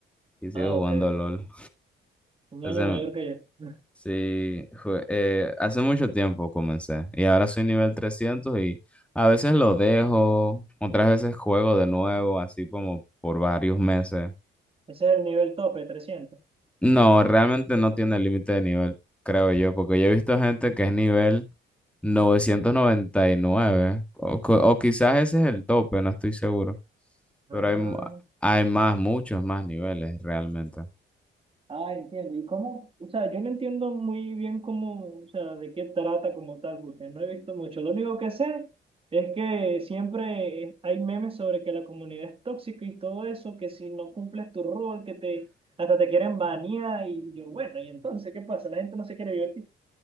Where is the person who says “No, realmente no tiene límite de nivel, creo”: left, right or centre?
Centre